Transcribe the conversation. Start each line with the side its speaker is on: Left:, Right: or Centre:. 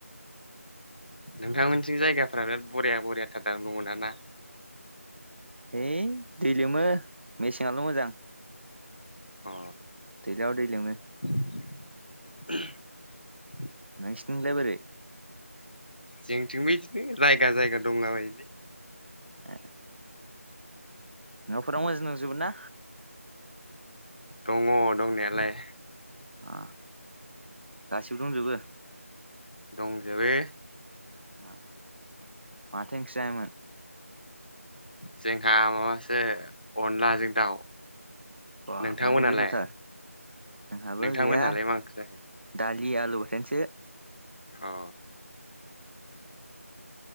Left: नोंथां मोननिथिं जायगाफोरा बिराद बरिया बरियााथार दां नंगोना
Right: है दै लोमो मेसेंआल' मोजां
Left: अ
Right: दैज्लांआव दै लोमो।
Left: ओहम
Right: नोंसिथिंलाय बोरै
Left: जोंनिथिंबो इदिनो जायगा जायगा दंला बायोलै
Right: ए नफोराव मोजां दंजोबो ना
Left: दङ दंनायालाय
Right: आ गासिबो दंजोबो
Left: दंजोबो
Right: आ माथो ओंख्रि जायाममोन।
Left: जोंहा माबासो अनलाजों दाउ
Right: बा
Left: नोंथांमोनालाय
Right: माथो गोथावथार जोंहाबो
Left: नोंथांमोनहालाय
Right: गैया दालि
Left: मा ओंख्रि जाखो
Right: दलि आलु बथोनसो
Left: अ